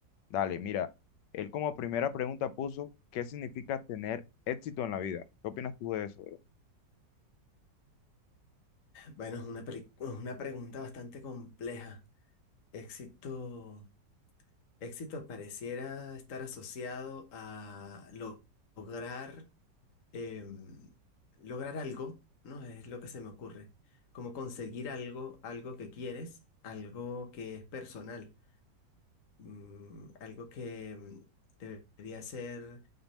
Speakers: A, on the left; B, on the left.
A: Dale, mira. Él como primera pregunta puso, ¿qué significa tener éxito en la vida? ¿Qué opinas tú de eso, bro?
B: Bueno, es una, peli- una pregunta bastante compleja. Éxito. Éxito pareciera estar asociado a lo- lograr, em, lograr algo, ¿no? Es lo que se me ocurre. Como conseguir algo, algo que quieres, algo que es personal, mm, algo que mm, debería ser